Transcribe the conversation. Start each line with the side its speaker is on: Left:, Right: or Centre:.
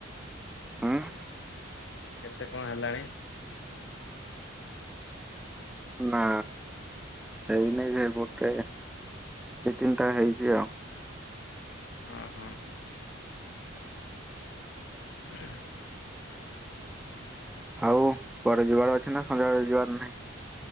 Centre: ଆଁ।
Left: କେତେ କଣ ହେଲାଣି।
Centre: ନା ସେଇ ନାଇଁ ସେଇ ଗୋଟେ। ଦୁଇ ତିନିଟା ହେଇଛି ଆଉ।
Left: ଅଁ ହଁ। ଉଁ ହୁଁ।
Centre: ଆଉ କୁଆଡେ ଯିବାର ଅଛି ନା ସନ୍ଧ୍ୟାବେଳେ ଯିବାର ନାହିଁ।